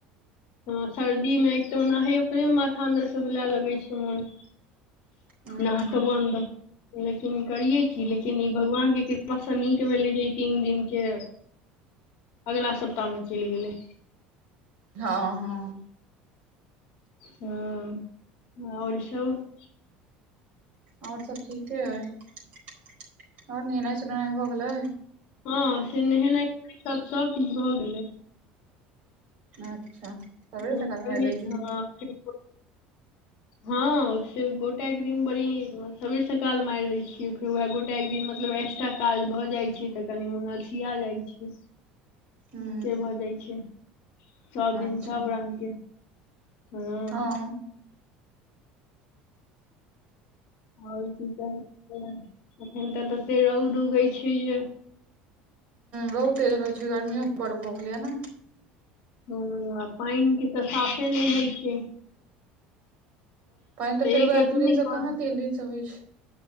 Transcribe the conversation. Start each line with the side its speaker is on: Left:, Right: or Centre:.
Left: हाँ सर्दीमे एक तऽ ओनाहीं ओकरे माथा अन्दर से बला लगै छै मोन
Right: हूँ
Left: नाक बन्द लेकिन ई करियै की लेकिन ई भगवानके कृपासँ नीक भेलै जे ई तीन दिनके अगिला सप्ताहमे चलि गेलै।
Right: हाँ हँ
Left: हँ आओर सभ।
Right: आओर सब ठीके हइ आओर नहेनाइ सोहेनाइ भऽ गेलै
Left: हाँ से नहेनाइखेनाइ सब सबकछु भए गेलै
Right: अच्छा सबेरे
Left: <unintelligible>
Right: सकाल मारि देलही
Left: हाँ से गोटके दिन बड़ी सबेर सकाल मारि दै छियै फेर उएह गोटके दिन मतलब एस- एकटा काज भऽ जाइ छै, तऽ कनि मन अलसिया जाइ छै
Right: हूँ
Left: से भऽ जाइ छै, सब दिन
Right: अच्छा
Left: सब रंगके हाँ
Right: हँ
Left: आओर की कहै छै, एखन तऽ तते रौद उगै छै जे
Right: रौद तेज हो छै गर्मियो बड्ड भऽ गेलै या न
Left: हूँ आ पानि के तऽ साफे नहि होइ छियै
Right: पानि तऽ फेर
Left: एक
Right: वहाए
Left: रत्ती
Right: दू दिनसँ
Left: नहि कॉल
Right: कहाँ तीन दिनसँ होइ छै